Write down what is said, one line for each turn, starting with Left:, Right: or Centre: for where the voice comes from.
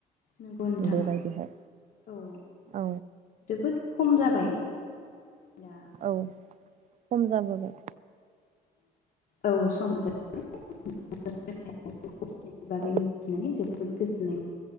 Left: नंगौ नोंथां
Right: बेबायदिहाय
Left: औ
Right: औ
Left: जोबोद खम जाबाय। दा
Right: औ खम जाबोबाय।
Left: औ सम जाबाय <unintelligible> बागै
Right: औ
Left: मिथिनानै जोबोद गोजोननाय मोन